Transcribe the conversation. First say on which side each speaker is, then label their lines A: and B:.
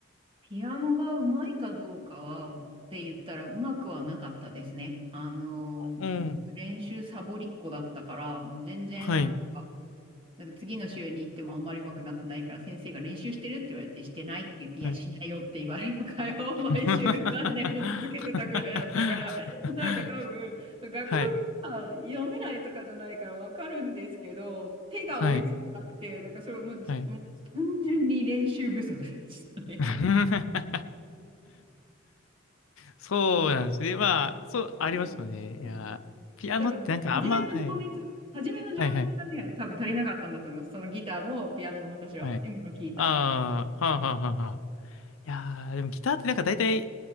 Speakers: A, on the right (about 25°); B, on the left (about 80°).
A: ピアノがうまいかどうかは、って言ったら、うまくはなかったですね。あの、
B: うん。
A: 練習サボりっ子だったから、全然なんか、
B: はい。
A: なんか次の週に行ってもあんまり上手くなってないから、先生が練習してるって言われて、してないって言って、いや、
B: はい。
A: しないよって言われる会話を
B: <laughs>
A: <laughs> 毎週何年も続けてたぐらいだったから、<laughs> なんか多分、そう学部が読めないとかじゃないからわかるんですけど、
B: はい。
A: 手が追いつかなくて、
B: はい。
A: だからそれもうじ、
B: はい。
A: もう単純に練習不足でしたね。
B: <laughs> そうなんですね。まあ、そう、
A: <laughs>
B: ありますよね。いや、
A: うん、い
B: ピアノってなんかあんま、
A: や、多分、初めの情熱、
B: はい。
A: 初めの情熱がね、
B: はいはい。
A: 多分足りなかったんだと思います。そのギターもピアノも私は、
B: はい
A: 今の聞いたら。
B: ああ、はあはあはあはあ。いやー、でもギターってなんか大体、